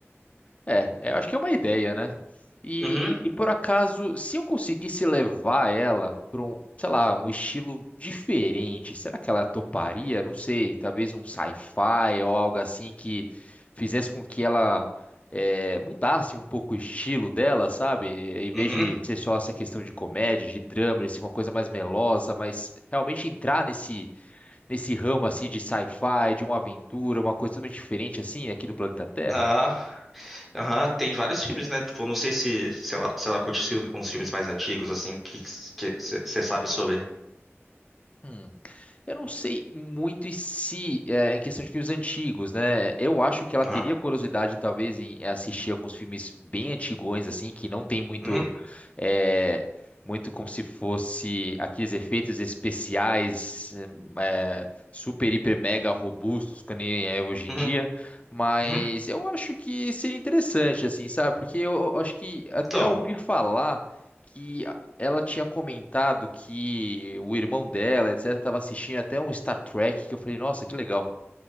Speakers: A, on the left (about 30°); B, in the centre.
A: É, é, eu acho que é uma ideia, né? E,
B: Uhum,
A: e, e por acaso, se eu conseguisse levar ela para um, sei lá, um estilo diferente, será que ela toparia? Não sei, talvez um sci-fi ou algo assim que fizesse com que ela eh, mudasse um pouco o estilo dela, sabe? Em vez
B: uhum.
A: de ser só essa questão de comédia, de drama, de ser uma coisa mais melosa, mas realmente entrar nesse, nesse ramo assim de sci-fi, de uma aventura, uma coisa totalmente diferente assim aqui do planeta Terra.
B: Aham, aham, tem vários filmes, né? Tipo, não sei se, se ela, se ela curte fi- uns filmes mais antigos, assim, que que você sabe sobre.
A: Hum. Eu não sei muito e se é, em questão de filmes antigos, né? Eu acho que ela
B: Aham.
A: teria curiosidade, talvez, em assistir alguns filmes bem antigões, assim, que não tem muito,
B: Uhum,
A: é, muito como se fosse aqueles efeitos especiais é, super, hiper, mega robustos, que nem é hoje em
B: uhum,
A: dia. Mas
B: uhum.
A: eu acho que seria interessante, assim, sabe? Porque eu eu acho que até
B: Então,
A: ouvi falar. que ela tinha comentado que o irmão dela, etc, estava assistindo até um Star Trek que eu falei, nossa, que legal.